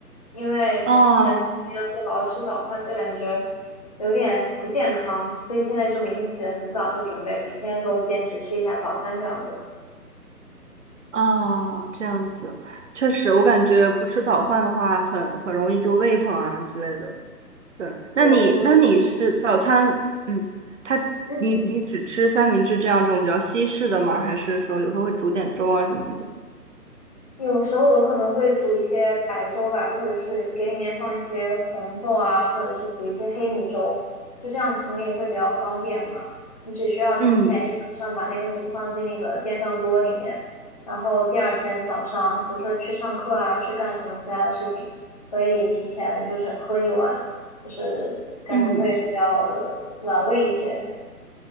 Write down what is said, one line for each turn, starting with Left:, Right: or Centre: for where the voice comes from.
Left: 因为前段时间不好好吃早饭，
Right: 啊
Left: 就感觉有点不健康，所以现在就每天起得很早，就准备每天都坚持吃一下早餐这样子。
Right: 哦，这样子，确实，我感觉不吃早饭的话很很容易就胃疼啊之类的。对，那你那你是早餐，
Left: 对，我
Right: 嗯，他你你只吃三明治这样这种比较西式的吗？
Left: 嗯。
Right: 还是说有时候会煮点粥啊什么的？
Left: 有时候我可能会煮一些白粥吧，或者是给里面放一些红豆啊，或者是煮一些黑米粥，就这样可能也会比较方便嘛。你只需要提前一晚上把那个米放进那个电饭锅里面，
Right: 嗯
Left: 然后第二天早上，比如说去上课啊，去干什么其他的事情，可以提前就是喝一碗，就是感觉会比较的暖胃一些。
Right: 嗯